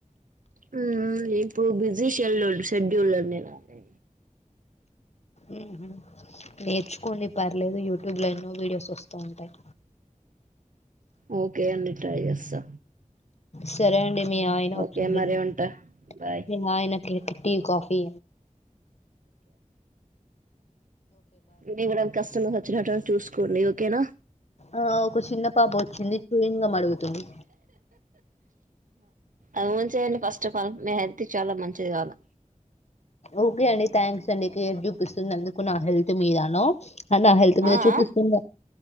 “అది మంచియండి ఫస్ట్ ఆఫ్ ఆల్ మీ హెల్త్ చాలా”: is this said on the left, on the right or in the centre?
Right